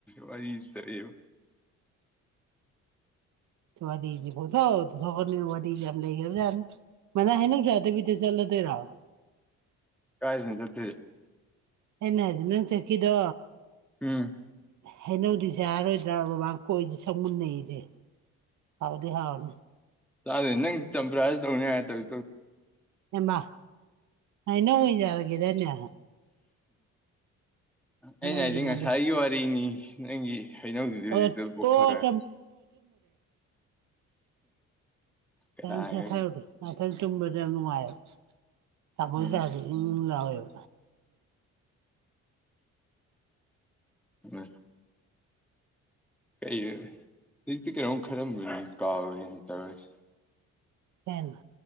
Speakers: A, in the centre; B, on the right.
A: ꯋꯥꯔꯤ ꯆꯠꯏꯔ
B: ꯁ ꯋꯥꯗ ꯀꯣꯊꯣ ꯁ ꯋꯥꯗ ꯌꯥꯝ ꯂꯩ ꯃꯅ ꯍꯦꯅ ꯎ ꯌꯥꯗ ꯄꯤꯇꯩ ꯆꯂꯗꯔꯍ
A: ꯀꯥꯏ ꯊꯖ ꯊ
B: ꯍꯟꯅ ꯍꯥꯏꯗꯤ ꯅꯪ ꯆꯈꯤꯗꯣ
A: ꯎꯝ
B: ꯍꯩꯅꯧꯗꯤꯁꯦ ꯌꯥꯔꯣꯏꯗ꯭ꯔꯥ ꯕꯕꯥꯥꯡ ꯀꯣꯏꯁꯦ ꯁꯛ ꯃꯨꯟꯅꯩꯁꯦ ꯍꯥꯎꯗꯤ ꯍꯥꯎꯅꯦ
A: ꯆꯂꯦ ꯅꯪ ꯆꯄ꯭ꯔ ꯗꯧꯅꯦ ꯍꯥꯏ ꯇꯧ
B: ꯑꯦꯃ ꯏꯩꯅ ꯍꯖꯔꯒꯦꯗꯅꯦ ꯍꯩꯅꯧꯁꯤꯅꯗꯤ
A: ꯑꯩꯅ ꯍꯥꯏꯗꯤ ꯉꯁꯥꯏꯒꯤ ꯋꯥꯔꯤꯅꯤ ꯅꯪꯒꯤ ꯑꯩꯅꯪ ꯍꯧꯖꯤꯛꯇꯗꯤ
B: ꯑꯣ
A: ꯍꯧꯖꯤꯛꯇ ꯄꯨꯣꯛꯊꯣꯔꯛꯑꯦ
B: ꯑꯣ
A: ꯀꯅꯥꯒꯅꯤ
B: ꯠꯇ ꯑꯠꯇꯇꯕꯗꯅꯨꯡ ꯃꯌ ꯇꯣꯏꯁ
A: ꯎꯝ
B: ꯂꯑꯣ
A: ꯎ ꯀ ꯍꯧꯖꯤꯛꯇꯤ ꯀꯩꯅꯣꯝ ꯈꯜꯂꯝꯕꯅꯤ ꯀꯥꯎꯔꯦꯅ ꯇꯧꯔꯁꯤ
B: ꯊꯦꯟ